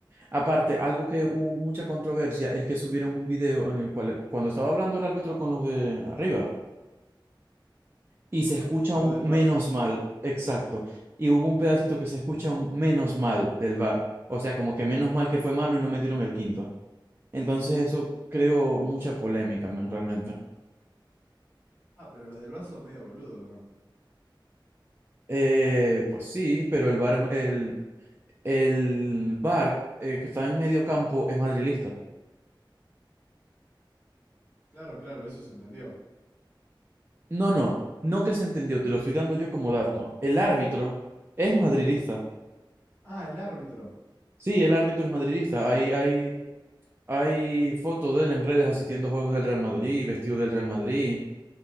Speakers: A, on the right; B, on the left.
A: Aparte, algo que hubo mucha controversia es que subieron un video en el cual, eh, cuando estaba hablando el árbitro con los de arriba, y se
B: Co-
A: escucha
B: Con,
A: un
B: los del
A: menos
B: VAR, sí.
A: mal, exacto, y hubo un pedacito que se escucha un menos mal del bar o sea, como que menos mal que fue mano y no metieron el quinto. Entonces eso creó mucha polémica, men, realmente.
B: Ah, pero los del VAR son medio boludo, ¿no?
A: Eh, pues sí, pero el bar el, el VAR, eh, que está en medio campo es madrilista.
B: Claro, claro, eso se entendió.
A: No, no, no que se entendió, te lo estoy dando yo como dato. El árbitro es madridista.
B: Ah, el árbitro.
A: Sí, el árbitro es madridista. Hay, hay, hay fotos de él en redes asistiendo a juegos del Real Madrid, vestido del Real Madrid.